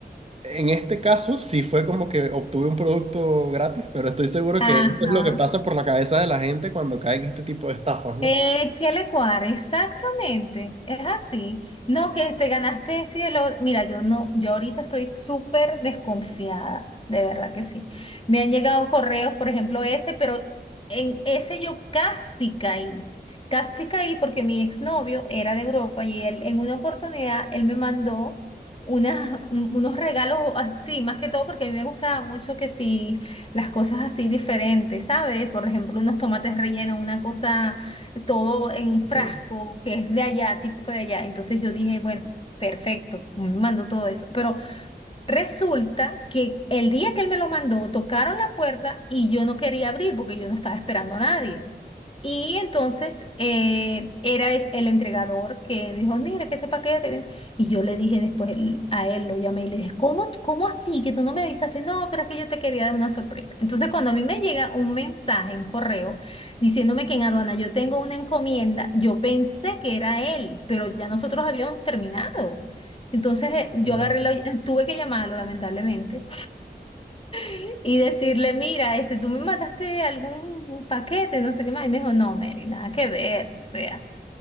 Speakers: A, on the right (about 35°); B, on the left (about 30°).
A: en este caso sí fue como que obtuve un producto gratis, pero estoy seguro
B: ajá.
A: que eso es lo que pasa por la cabeza de la gente cuando caen este tipo de estafas, ¿no?
B: Eh, ¿qué le cuadra? Exactamente, es así. No, que te ganaste esto y el otro. Mira, yo no, yo ahorita estoy súper desconfiada, de verdad que sí. Me han llegado correos, por ejemplo, ese, pero en ese yo casi caí. Casi caí porque mi exnovio era de Europa y él en una oportunidad, él me mandó unas, un- unos regalos así, más que todo porque a mí me gustaba mucho que sí, las cosas así diferentes, ¿sabes? Por ejemplo, unos tomates rellenos, una cosa todo en frasco,
A: Ok,
B: que es de allá, típico de allá. Entonces yo dije, bueno, perfecto, me mando todo eso. Pero Resulta que el día que él me lo mandó, tocaron la puerta y yo no quería abrir porque yo no estaba esperando a nadie. Y entonces eh, era es- el entregador que dijo, mira, que este paquete. ven". Y yo le dije después l- a él, lo llamé y le dije, ¿cómo, cómo así que tú no me avisaste? No, pero es que yo te quería dar una sorpresa. Entonces cuando a mí me llega un mensaje, un correo, diciéndome que en aduana yo tengo una encomienda, yo pensé que era él, pero ya nosotros habíamos terminado. Entonces eh, yo
A: claro.
B: agarré la, tuve que llamarlo lamentablemente <laughs> y decirle, mira, este, tú me mandaste algún paquete, no sé qué más. Y me dijo, no, Mary, nada que ver. O sea,